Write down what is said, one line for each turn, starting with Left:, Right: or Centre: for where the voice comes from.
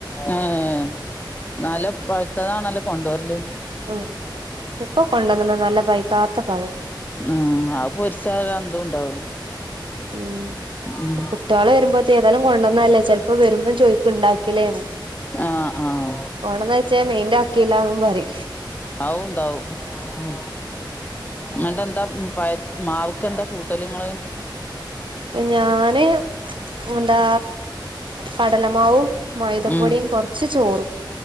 Left: ഏഹ് നല്ല പഴുത്തതാണല്ലോ കൊണ്ടോര്ല്.
Right: മം ഇപ്പൊ കൊണ്ടുവന്നത് നല്ല പയ്ക്കാത്ത പഴം
Left: ഉം അത്പൊരിച്ചാ ഒരുഅന്തും ഉണ്ടാവൂല
Right: ഉം
Left: ഉം
Right: കുട്ടികള് വരുമ്പോത്തെ ഏതായാലും കൊണ്ടുവന്നല്ലേ ചെപ്പോ വരുമ്പോം ചോദിക്കും ഇണ്ടാക്കിലേന്ന്
Left: ആഹ ആഹ
Right: ഓണംന്ന് വെച്ചാ മെയിന്റ് അക്കിയില്ലാന്നും പറി
Left: ആവുണ്ടാവും ഉം എന്നിട്ടെന്താ പയ മാവ്ക്ക് എന്താ കൂട്ടല് ഇങ്ങള്.
Right: പ്പ ഞാന് എന്താ കടലമാവും മൈതപ്പൊടിയും
Left: ഉം
Right: കൊറച്ച് ചോറും